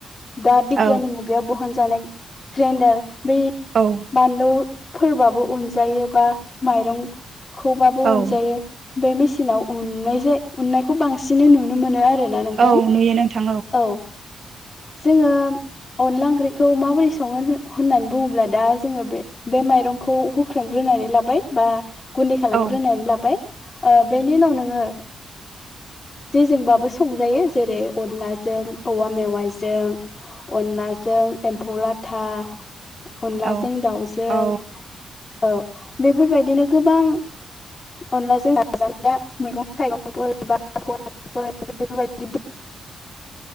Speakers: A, on the left; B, on the right.
A: दा बिगियाननि
B: औ
A: मुगायाव बहनजानाय ग्रेन्डार बे
B: औ
A: बानलु फोरबाबो अनजायो बा माइरंखौबाबो अनजायो
B: औ
A: बे मेचिनाव उननाय जाय उननायखौ बांसिनै नुनो मोनो आरो नोंथां
B: औ नुयो नोंथां
A: औ जोङो अनला ओंख्रिखौ मोरै सङो होननानै बुङोब्ला दा जोङो बे बे माइरंखौ हुख्रेमग्रोनानै लाबाय बा गुन्दै खालामग्रोनानै
B: औ
A: लाबाय बेनि उनाव नोङो जेजोंबाबो संजायो जेरै अनलाजों औवा मेवाइजों अनलाजों एम्फौ लाथा अनलाजों
B: औ
A: दाउजों
B: औ
A: औ बे बेफोरबायदिनो गोबां अनलाजों मैगं थाइगंफोर बा ओमफ्राय बेफोरबायदि